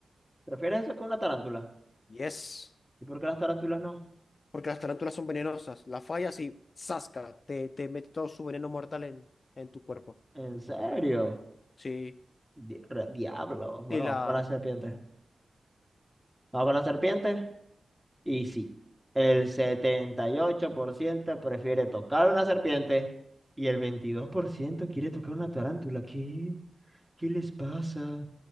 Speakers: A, in the centre; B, on the left.
A: ¿Prefieres eso que una tarántula?
B: Yes.
A: ¿Y por qué las tarántulas no?
B: Porque las tarántulas son venenosas. La fallas y ¡zasca! Te, te mete todo su veneno mortal en, en tu cuerpo.
A: ¿En serio?
B: Sí.
A: Di- re- Diablo. Bueno,
B: Y la...
A: vamos con la serpiente. Vamos con la serpiente. Y sí, el 78% prefiere tocar una serpiente y el 22% quiere tocar una tarántula. ¿Qué? ¿Qué les pasa?